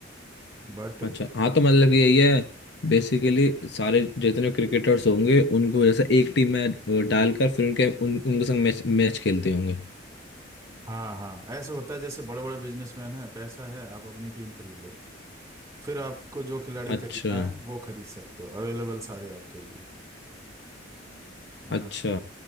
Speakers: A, on the right (about 20°); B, on the left (about 65°).
A: बट
B: अच्छा हाँ तो मतलब यही है बेसिकली सारे जितने क्रिकेटर्स होंगे उनको जैसे एक टीम में अ, डालकर फिर उनके उन, उनके संग मैच मैच खेलते होंगे
A: हाँ हाँ ऐसे होता है जैसे बड़े बड़े बिजनेसमैन हैं पैसा है आप अपनी टीम खरीद लो फिर आपको जो हाँ खिलाड़ी
B: अच्छा
A: खरीदना है वो खरीद सकते हो अवेलेबल सारे आपके लिए है
B: अच्छा
A: ना